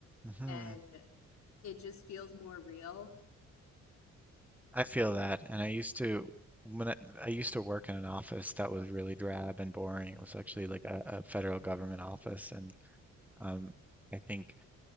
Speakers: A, in the centre; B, on the left.
A: Mm-hmm.
B: and it just feels more real.
A: I feel that, and I used to when I, I used to work in an office that was really drab and boring. It was actually like a, a federal government office, and um, I think